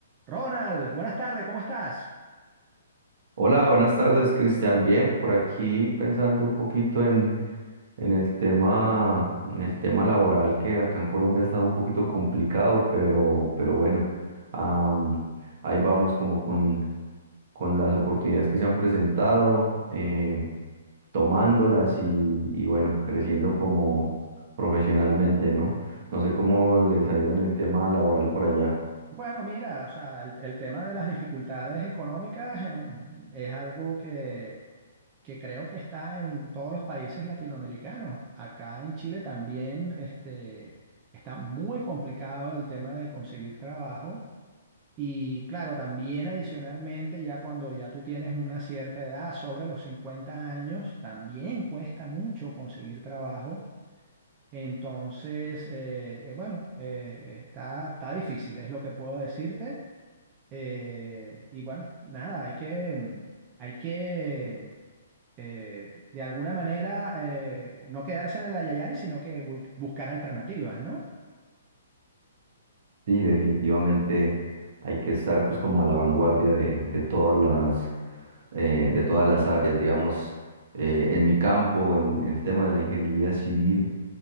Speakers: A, on the right; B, on the right.
A: Ronald, buenas tardes, ¿cómo estás?
B: Hola, buenas tardes, Cristian. Bien, por aquí pensando un poquito en, en el tema, en el tema laboral que acá en Colombia ha estado un poquito complicado, pero, pero bueno, am, ahí vamos como con, con las oportunidades que se han presentado, eh, tomándolas y, y bueno, creciendo como profesionalmente, ¿no? No sé cómo les ha ido en el tema laboral por allá.
A: Bueno, mira, o sea, el, el tema de las dificultades económicas eh, es algo que, que creo que está en todos los países latinoamericanos. Acá en Chile también este, está muy complicado el tema de conseguir trabajo. Y claro, también adicionalmente, ya cuando ya tú tienes una cierta edad, sobre los 50 años, también cuesta mucho conseguir trabajo. Entonces, eh, eh, bueno, eh, está, está difícil, es lo que puedo decirte. Eh, y bueno, nada, hay que, mm, hay que eh, de alguna manera eh, no quedarse en el ayayay, sino que bu- buscar alternativas, ¿no?
B: Sí, definitivamente hay que estar pues como a la vanguardia de, de todas las eh, de todas las áreas, digamos, eh, en mi campo, en, el tema de la ingeniería civil,